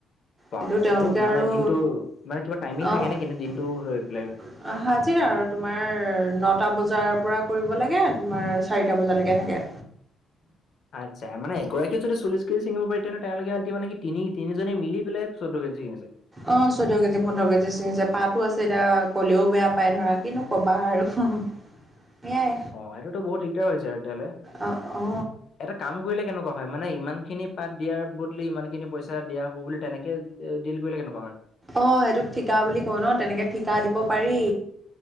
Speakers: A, on the left; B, on the right.
A: বাহ
B: কিন্তু তেওঁলোকে
A: বহুত
B: আৰু
A: মানে দিনটো মানে কিবা টাইমিং
B: অ
A: থাকে
B: অ
A: নেকি নে দিনটো লৈ পেলাই লয়?
B: হাজিৰা আৰু তোমাৰ নটা বজাৰ পৰা কৰিব লাগে। তোমাৰ চাৰিটা বজালৈকে থাকে।
A: আত্চ্ছা মানে এগৰাকীয়ে যদি চল্লিছ কেজি চিঙিব পাৰে তেওঁলোকে আনকি মানে তিনি তি- নিজনে মিলি পেলাই চৈধ্য কেজি ছিঙিছে।
B: অ চৈধ্য কেজি পোন্ধৰ কেজি ছিঙিছে পাতো আছে এতিয়া কলেও বেয়া পায় ধৰা। কিনো ক'বা আৰু সেয়াই।
A: অ এইটোতো বহুত দিগদাৰ হৈছে তেতিয়া হ'লে।
B: অ অ
A: এটা কাম কৰিলে কেনেকুৱা হয় মানে ইমান খিনি পাত দিয়াৰ বদলি ইমান খিনি পইচা দিয়া হব বুলি তেনেকে এ ডিল কৰিলে কেনেকুৱা হয়।
B: অ সেইটোক ঠিকা বুলি কয় ন তেনেকে ঠিকা দিব পাৰি।